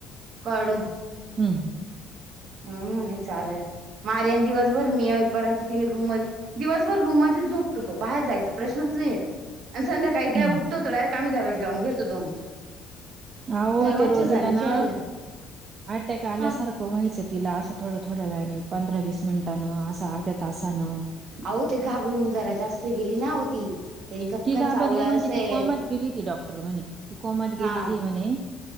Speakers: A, on the right; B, on the right.
A: काढू.
B: हम्म.
A: हम् चालेय मार्यान दिवसभर, मी येईपर्यंत तिने रूम मध्ये. दिवसभर रूम मध्ये झोपतो तो, बाहेर जायचा प्रश्नच नाहीयेत आणि संध्याकाळी. काही
B: हम्म
A: काय उठतो थोड आममी दरवान घेतो दोन.
B: हो
A: त्याला मच्छरदाणी
B: ते रोजला
A: खेळायला
B: ना अटॅक आल्यासारख.
A: हा
B: व्हायचं तिला असं थोडं थोड्या वेळाने, पंधरा वीस मिनिटानं असं अर्ध्या तानं.
A: अह हो ते घाबरून जरा जास्त गेली ना होती. त्यानी कपकन
B: ती घाबरली
A: चावला
B: म्हणजे
A: असेल
B: ती कोमात गेली, होती डॉक्टर म्हणे ती कोमात गेलेली
A: हा
B: म्हणे.